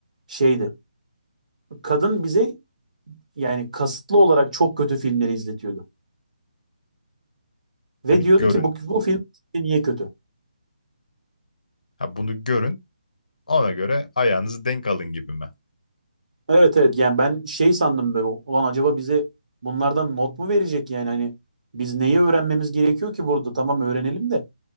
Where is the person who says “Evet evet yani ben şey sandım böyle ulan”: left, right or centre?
Right